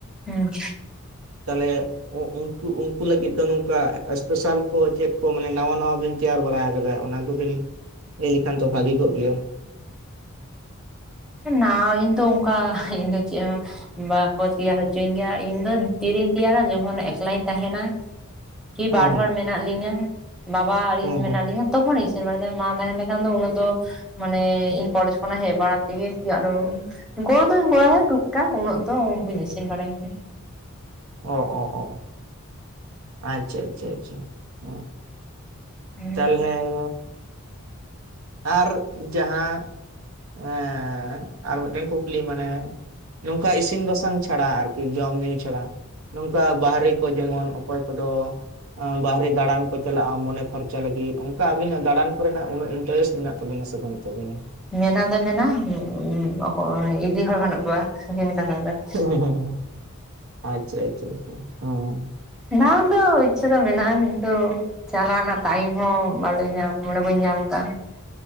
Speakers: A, in the centre; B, on the right (about 70°).
A: ᱦᱮᱸ
B: ᱛᱟᱦᱚᱞᱮ ᱩᱱᱠᱩ ᱩᱱᱠᱩ ᱞᱟᱹᱜᱤᱫ ᱫᱚ ᱱᱚᱝᱠᱟ ᱮᱥᱯᱮᱥᱟᱞ ᱠᱚ ᱪᱮᱫ ᱠᱚ ᱢᱟᱱᱮ ᱱᱟᱣᱟ ᱱᱟᱣᱟ ᱵᱤᱱ ᱛᱮᱭᱟᱨ ᱵᱟᱲᱟ ᱟᱠᱟᱫᱟ ᱚᱱᱟ ᱠᱚᱵᱤᱱ ᱞᱟᱹᱭ ᱞᱮᱠᱷᱟᱱ ᱛᱚ ᱵᱷᱟᱹᱜᱤ ᱠᱚᱜ ᱜᱮᱭᱟ ᱾
A: ᱱᱟ ᱤᱧ ᱫᱚ ᱚᱝᱠᱟ ᱤᱧ ᱫᱚ ᱪᱮ ᱦᱚᱸ ᱵᱟᱠᱚ ᱛᱮᱭᱟᱨ ᱦᱚᱪᱚᱧ ᱜᱮᱭᱟ ᱤᱧ ᱫᱚ ᱛᱤᱨᱮᱧ ᱛᱮᱭᱟᱨᱟ ᱡᱚᱠᱷᱚᱱ ᱮᱠᱞᱟᱧ ᱛᱟᱦᱮᱱᱟ ᱾ ᱠᱤ
B: ᱦᱮᱸ
A: ᱵᱟᱨ
B: ᱦᱮᱸ
A: ᱦᱚᱲᱚᱲ ᱢᱮᱱᱟᱜ ᱞᱤᱧᱟᱹ ᱵᱟᱵᱟ ᱟᱨ
B: ᱦᱮᱸ
A: ᱤᱧ ᱢᱮᱱᱟᱜ
B: ᱦᱮᱸ
A: ᱞᱤᱧᱟᱹ ᱾ ᱛᱚᱠᱷᱚᱱ ᱤᱥᱤᱱ ᱵᱟᱲᱟ ᱫᱚ ᱢᱟ ᱛᱟᱦᱮᱸ ᱞᱮᱠᱷᱟᱱ ᱫᱚ ᱩᱱᱤ ᱫᱚ ᱢᱟᱱᱮ ᱤᱧ ᱠᱚᱞᱮᱡᱡᱽ ᱠᱷᱚᱱᱟᱜ ᱦᱮᱡ ᱵᱟᱲᱟ ᱛᱮᱜᱮ ᱛᱤ ᱟᱨᱚ ᱜᱚᱲᱚ ᱫᱚᱧ ᱜᱚᱲᱟᱭᱟ ᱴᱩᱠ ᱴᱟᱠ ᱩᱱᱟᱹᱜ ᱫᱚ ᱵᱟᱹᱧ ᱤᱥᱤᱱ ᱵᱟᱲᱟᱭ ᱜᱮ ᱾
B: ᱚ ᱚ ᱚ ᱟᱪᱪᱷᱟ ᱟᱪᱪᱷᱟ ᱟᱪᱪᱷᱟ ᱚ ᱾
A: ᱜᱮᱭᱟ
B: ᱪᱟᱞ ᱦᱮᱸ ᱟᱨ ᱡᱟᱦᱟᱸ ᱮᱸᱻ ᱟᱨ ᱢᱤᱫᱴᱮᱱ ᱠᱩᱠᱞᱤ ᱢᱟᱱᱮ ᱱᱚᱝᱠᱟ ᱤᱥᱤᱱ ᱵᱟᱥᱟᱝ ᱪᱷᱟᱲᱟ ᱟᱨᱠᱤ ᱡᱚᱢ ᱧᱩ ᱪᱷᱟᱲᱟ ᱱᱚᱝᱠᱟ ᱵᱟᱦᱨᱮ ᱠᱚ ᱡᱮᱢᱚᱱ ᱚᱠᱚᱭ ᱠᱚᱫᱚ ᱵᱟᱨᱦᱮ ᱫᱟᱬᱟᱱ ᱠᱚ ᱪᱟᱞᱟᱜᱼᱟ ᱢᱚᱱᱮ ᱯᱷᱟᱨᱪᱟ ᱞᱟᱹᱜᱤᱫ ᱚᱝᱠᱟ ᱟᱵᱤᱱᱟᱜ ᱫᱟᱬᱟᱱ ᱠᱚᱨᱮᱱᱟᱜ ᱩᱱᱟᱹᱜ ᱤᱱᱴᱟᱨᱮᱥᱴ ᱢᱮᱱᱟᱜ ᱛᱟᱹᱵᱤᱱᱟ ᱥᱮ ᱵᱟᱹᱱᱩᱜ ᱛᱟᱵᱤᱱᱟ?
A: ᱢᱮᱱᱟ ᱫᱚ ᱢᱮᱱᱟ <unintelligible> ᱚᱠᱚᱭ ᱤᱫᱤ ᱦᱚᱲ ᱵᱟᱹᱱᱩᱜ ᱠᱚᱣᱟ <unintelligible>
B: ᱦᱮᱸ ᱦᱮᱸ ᱟᱪᱪᱷᱟ ᱟᱪᱪᱷᱟ <inaudible>
A: ᱫᱟᱱ ᱫᱚ ᱤᱪᱪᱷᱟᱹ ᱫᱚ ᱢᱮᱱᱟᱜᱼᱟ ᱠᱤᱱᱛᱩ ᱪᱟᱞᱟ ᱱᱟᱜ ᱴᱟᱭᱤᱢ ᱦᱚᱸ ᱵᱟᱞ ᱧᱟᱢ ᱢᱟᱱᱮ ᱵᱟᱹᱧ ᱧᱟᱢ ᱠᱟᱜᱼᱟ ᱾